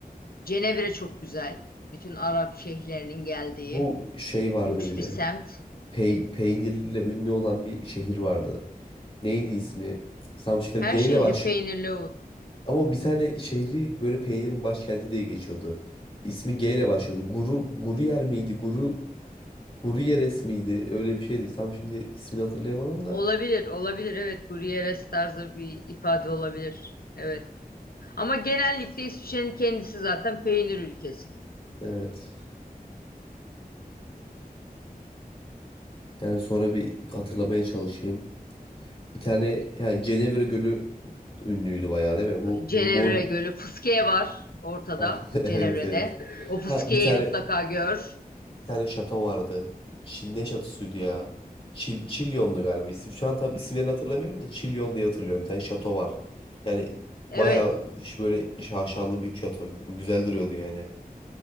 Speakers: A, on the left; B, on the left.
A: Cenevre çok güzel. Bütün Arap şehirlerinin geldiği
B: Bu şey vardı
A: lüks
B: bir de.
A: bir semt.
B: Pey peynirle ünlü olan bir şehir vardı. Neydi ismi? Samşıkır G
A: Her şehri
B: ile baş
A: peynirli
B: ama bir tane şehri böyle peynirin başkenti diye geçiyordu. İsmi G ile başlıyordu. Guru Guru yer miydi? Guru Guru Yeres miydi? Öyle bir şeydi. Tam şimdi ismini hatırlayamadım da.
A: olabilir, olabilir. Evet, Gruyères tarzı bir ifade olabilir. Evet. Ama genellikle İsviçre'nin kendisi zaten peynir ülkesi.
B: Evet. Yani sonra bir hatırlamaya çalışayım. Bir tane yani Cenevre Gölü ünlüydü bayağı değil mi? Bu
A: Cenevre
B: Mon
A: Gölü. Fıskiye var ortada
B: <laughs>
A: Cenevre'de.
B: evet evet.
A: Evet. O Fıskiye'yi
B: Ha bir tane
A: mutlaka gör.
B: bir tane şato vardı. Çin ne şatosuydu ya? Çil Çilyon'du galiba isim. Şu an tam isimlerini hatırlamıyorum da Çilyon diye hatırlıyorum. Bir tane şato var. Yani
A: Evet.
B: bayağı iş böyle şaşalı bir şato. Bu güzel duruyordu yani.